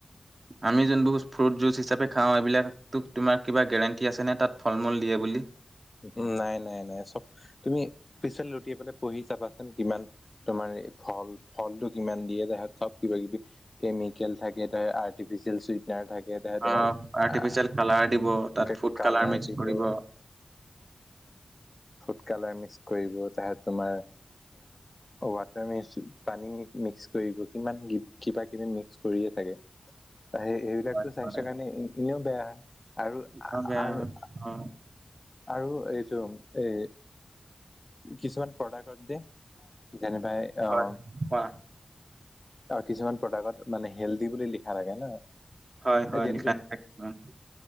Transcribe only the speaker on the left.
উম নাই নাই নাই চব তুমি পিছফালে লুটিয়ে পেলাই পঢ়ি চাবা। কিমান তোমাৰ ফল ফল টো কিমান দিয়ে <unintelligible> চব কিবা কিবি কেমিকেল থাক- আৰ্টিফিচিয়েল চুইটনাৰ থাক- সেইটাহে তোমাৰ
আহ
কালাৰ
দিব-
ফুড কালাৰ মিচ কৰিব তাহত তোমাৰ অহ ৱাট- পানী মিক্স কৰিব কিমান কিবা কিবি মিক্স কৰিয়ে থাকে। সেইবিলাকটো
স্বাস্থ্যৰ
কাৰণে এনেও বেয়া হয়। আৰু
আৰু আ
আৰু এইটো এ কিছুমান প্ৰডাক্টত যে যেনবাই আহ
অ কিছুমান প্ৰডাক্টত মানে হেল্ডি বুলি লিখা থাকে ন।
যেনেকে